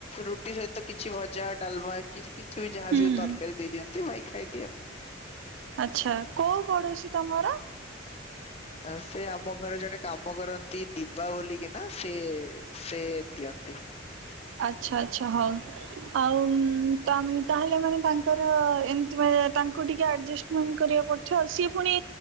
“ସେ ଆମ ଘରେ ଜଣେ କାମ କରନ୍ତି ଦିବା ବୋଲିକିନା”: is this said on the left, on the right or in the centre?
Left